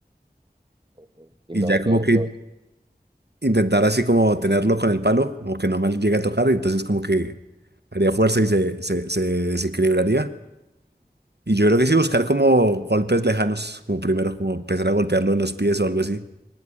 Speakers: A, on the right (about 30°); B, on the right (about 80°).
A: Ok. Y
B: Y
A: no,
B: ya como
A: no,
B: que
A: no,
B: intentar así como tenerlo con el palo, como que no me llegue a tocar, y entonces como que haría fuerza y se, se, se desequilibraría. Y yo creo que sí buscar como golpes lejanos, como primero, como empezar a golpearlo en los pies o algo así,